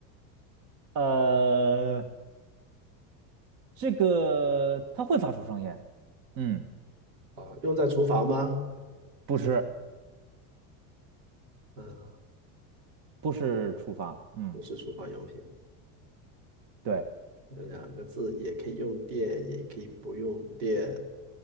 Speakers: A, on the right; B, on the right.
A: 呃，这个它会发出声音，嗯，
B: 啊，用在厨房吗？
A: 不是，
B: 嗯，
A: 不是厨房，嗯，
B: 不是厨房用品，
A: 对
B: 两个字也可以用电，也可以不用电。